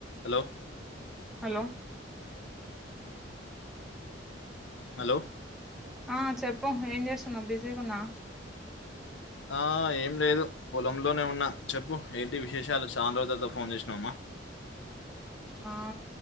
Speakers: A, on the left; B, in the centre.
A: హలో
B: హలో
A: హలో
B: ఆ చెప్పు ఏం చేస్తున్నావ్ బిజీగున్నా
A: ఆ ఏం లేదు పొలంలోనే ఉన్న చెప్పు ఏంటి విశేషాలు చాన రోజుల తరువాత ఫోన్ చేసినామ్మా
B: ఆ